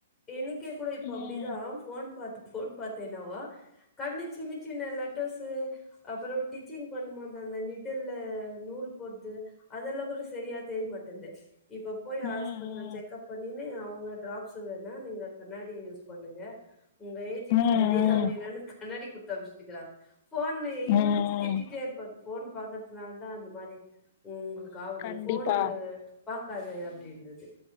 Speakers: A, on the left; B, on the left.
A: என்க்கே கூட இப்ப
B: ம்
A: அப்டிதான் போன் பாத் போன் பாத் என்னாவா கண்ணு சின்ன சின்ன லட்டர்ஸூ அப்பறம் டிச்சிங் பண்ணும்போது அந்த நிடில்ல நூல் போற்து அதெல்லாம் கூட சரியா தெரிய மாட்டு்ந்து இப்ப போய் ஹாஸ்பிட்டல்
B: ம்
A: செக்ப் பண்ணின்னு அவங்க டிராப்ஸ் வேணா நீங்க கண்ணாடியே யூஸ் பண்ணுங்க உங்க ஏஜ்க்கு
B: ம் ம்
A: கண்ணாடி தான் வேணும்ன்னு கண்ணடி குடுத்து அனுப்ச்சி விட்டுருக்கிறாங்க போன்
B: ம்
A: இவரு திட்டிட்டே
B: ம்
A: இருப்பாரு போன் பாக்குறதுனால தான் அந்த மாரி உங்களுக்கு ஆகுது
B: கண்டிப்பா
A: போன்னு பாக்காத அப்டின்றது